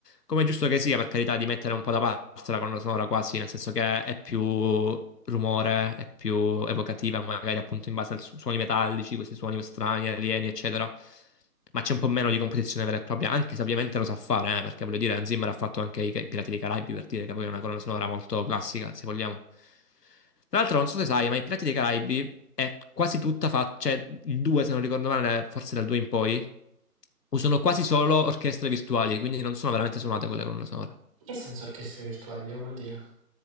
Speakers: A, on the left; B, on the right.
A: come è giusto che sia, per carità, di mettere un po' da parte la colonna sonora quasi, nel senso che è più rumore, è più evocativa, magari appunto in base ai su- suoni metallici, questi suoni strani, alieni, eccetera. Ma c'è un po' meno di composizione vera e propria, anche se ovviamente lo sa fare, eh, perché voglio dire, Hans Zimmer ha fatto anche i Pirati dei Caraibi, per dire che poi è una colonna sonora molto classica, se vogliamo. Tra l'altro, non so se sai, ma i Pirati dei Caraibi è quasi tutta fatta, cioè il 2, se non ricordo male, forse dal 2 in poi, usano quasi solo orchestre virtuali, quindi non sono veramente suonate quelle colonne sonore.
B: Che senso orchestre virtuali? Che vuol dire?